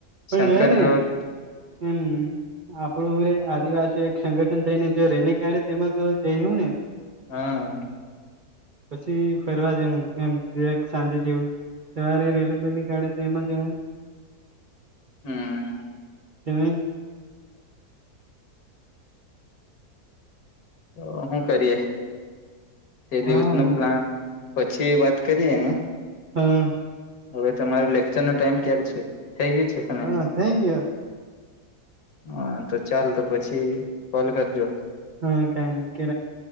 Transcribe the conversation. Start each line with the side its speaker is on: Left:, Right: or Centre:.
Right: પણ
Left: શંકર
Right: જોયા નહ
Left: ધોધ
Right: હમ આપડું હું રે આદિવાસી એક સંગઠન થઈને જો રેલી કાઢે તેમાં જઈું ને
Left: હા
Right: પછી ફરવા જવું એમ દવાક સાંજે જેવું સવારે રેલી બેેલી કાઢે તો એમાં જવું
Left: હમ
Right: તવી
Left: તો શું કરીએ તે
Right: હા
Left: દિવસ નું પ્લાન પછી વાત કરીએનું
Right: હમ
Left: હવે તમાર લેક્ચર નો ટાઈમ ક્યારે છે થઈ ગયોું છે તને
Right: હા થઈ ગયો
Left: હા તો ચાલ તો પછી કોલ કરજો
Right: હા કઈ નહી કે